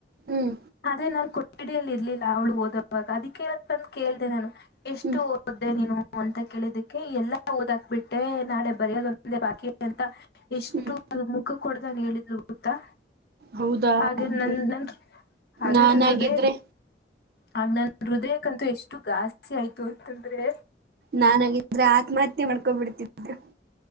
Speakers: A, on the right; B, on the left.
A: ಹ್ಮ್
B: ಅದೇ ನಾನು ಕೊಠಡಿಯಲ್ಲಿ ಇರ್ಲಿಲ್ಲ ಅವಳು ಓದವಾಗ ಅದಕ್ಕೆ ಇವತ್ತು ಬಂದು ಕೇಳ್ದ ನಾನು ಎಷ್ಟು
A: ಹ್ಮ್
B: ಓದ್ದೆ ನೀನು ಅಂತ ಕೇಳಿದಕ್ಕೆ ಎಲ್ಲಾ ಓದಾಕ್ ಬಿಟ್ಟೆ ನಾಳೆ ಬರೋದಂದ ಬಾಕಿ ಅಂತ ಎಷ್ಟು
A: ಹ್ಮ್
B: ಮುಖ ಕೊಡ್ದಗ್ ಹೇಳಿದ್ಲು ಗೊತ್ತಾ.
A: ಹೌದಾ
B: ಹಾಗೆ
A: ನಿಮ್
B: ನನ್ ನನ್ ಹಾಗ
A: ನಾನಾಗಿದ್ರೆ
B: ನನ್ ಹೃದಯ ಆ ನನ್ ಹೃದಯಕ್ಕಂತೂ ಎಷ್ಟು ಗಾಸ್ತಿ ಆಯ್ತು ಅಂತಂದ್ರೆ.
A: ನಾನಗಿದ್ರೆ ಆತ್ಮಹತ್ಯೆ ಮಾಡ್ಕೊಬಿಡ್ತಿದೆ.